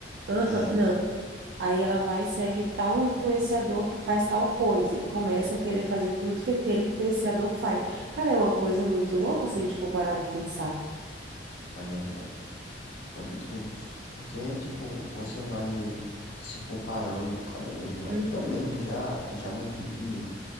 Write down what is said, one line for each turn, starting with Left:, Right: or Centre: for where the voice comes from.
Right: Aham,
Left: É,
Right: Aí ela vai e segue tal influenciador que faz tal coisa e começa a querer fazer tudo que aquele influenciador faz. Cara, é uma coisa muito louca se a gente for parar para pensar.
Left: é verdade. É muito doido. Porque, tipo, você vai se comparando cada vez mais.
Right: Hum,
Left: Eu mesmo já, já me vi